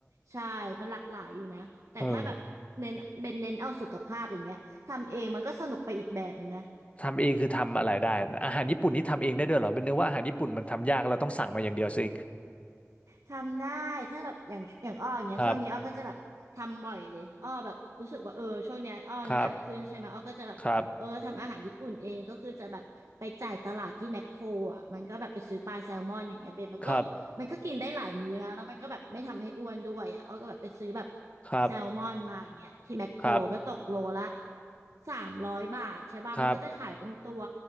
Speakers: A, on the right; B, on the left.
A: ใช่มันหลากหลายอยู่นะ แต่ถ้าแบบเน้นเป็นเน้นเอาสุขภาพอย่างเงี้ยทำเองมันก็สนุกไปอีกแบบหนึ่งนะ
B: เออ ทำเองคือทำอะไรได้อาหารญี่ปุ่นนี่ทำเองได้ด้วยเหรอเป็นเนื้อว่าอาหารญี่ปุ่นมันทำยากเราต้องสั่งมาอย่างเดียวสิ
A: ทำได้ถ้าแบบอย่างอย่างอ้ออย่างเงี้ยช่วงนี้อ้อก็จะแบบทำบ่อยเลยอ้อแบบรู้สึกว่าเออช่วงเนี้ยอ้อน้ำหนักขึ้นใช่ไหมอ้อก็จะแบบเออทำอาหารญี่ปุ่นเองก็คือจะแบบไปจ่ายตลาดที่แมคโครอ่ะมันก็แบบไปซื้อปลาแซลมอนอย่างเงี้ยเบนมันก็มันก็กินได้หลายมื้อนะแล้วมันก็แบบไม่ทำให้อ้วนด้วยอ่ะอ้อก็แบบไปซื้อแบบ
B: ครับครับครับครับครับ
A: แซลมอนมาอย่างเงี้ยที่แมคโครก็ตกโลละ
B: ครับ
A: สามร้อยบาทใช่ป่ะมันก็จะขายเป็นตัว
B: ครับ